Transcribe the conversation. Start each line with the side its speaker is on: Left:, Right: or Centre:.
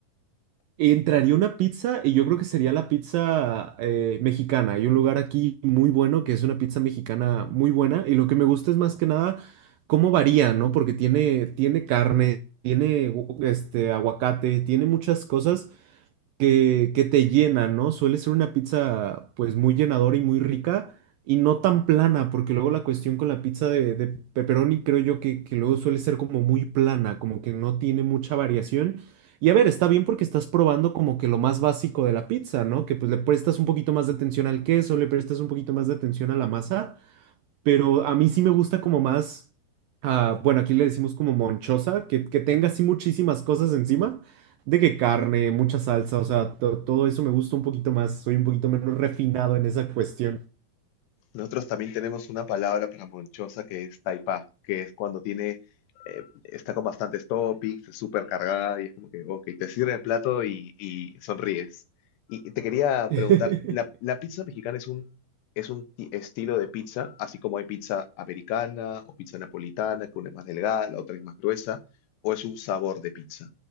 Right: Entraría una pizza y yo creo que sería la pizza eh, mexicana. Hay un lugar aquí muy bueno que es una pizza mexicana muy buena y lo que me gusta es más que nada cómo varía, ¿no? Porque tiene, tiene carne, tiene gu- este, aguacate, tiene muchas cosas que, que te llena, ¿no? Suele ser una pizza pues muy llenadora y muy rica y no tan plana, porque luego la cuestión con la pizza de, de pepperoni creo yo que, que luego suele ser como muy plana, como que no tiene mucha variación. Y a ver, está bien porque estás probando como que lo más básico de la pizza, ¿no? Que pues le prestas un poquito más de atención al queso, le prestas un poquito más de atención a la masa pero a mí sí me gusta como más, ah, bueno, aquí le decimos como monchosa, que, que tenga así muchísimas cosas encima, de que carne, mucha salsa, o sea, to- todo eso me gusta un poquito más, soy un poquito menos refinado en esa cuestión.
Left: Nosotros también tenemos una palabra para monchosa que es taipa, que es cuando tiene, eh, está con bastantes toppings, es súper cargada y es como que, ok, te sirve el plato y, y sonríes. Y y te quería
Right: <laughs>
Left: preguntar, ¿la, la pizza mexicana es un, es un ti- estilo de pizza, así como hay pizza americana o pizza napolitana, que una es más delgada, la otra es más gruesa, o es un sabor de pizza,